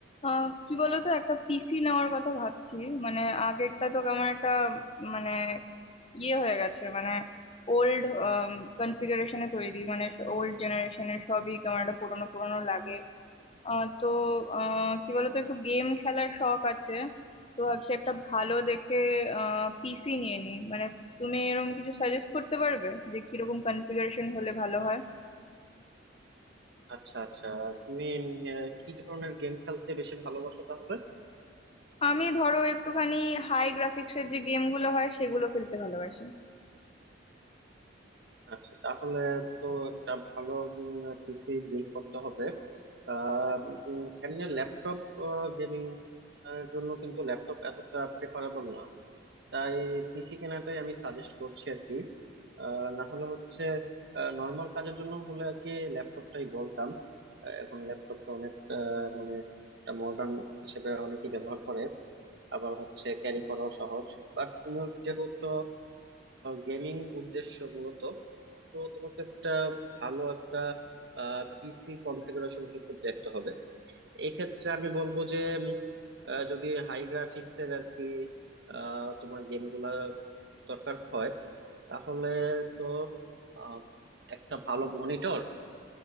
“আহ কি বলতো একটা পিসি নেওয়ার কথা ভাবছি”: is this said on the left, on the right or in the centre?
Left